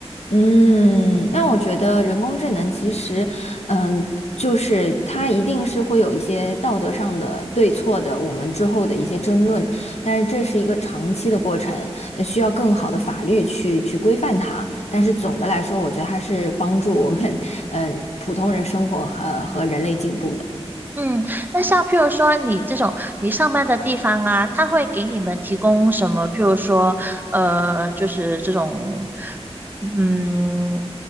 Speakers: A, on the left; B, on the right.
A: 嗯，那我觉得人工智能其实，嗯，就是它一定是会有一些道德上的对错的，我们之后的一些争论，但是这是一个长期的过程，呃需要更好的法律去去规范它。但是总的来说，我觉得它是帮助我们，呃，普通人生活和和人类进步的。
B: 嗯，那像譬如说你这种你上班的地方啊，他会给你们提供什么？譬如说，呃，就是这种，嗯，